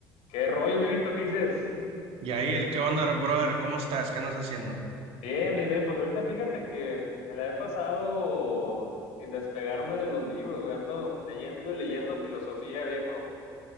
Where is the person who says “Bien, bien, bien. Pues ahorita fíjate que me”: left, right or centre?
Left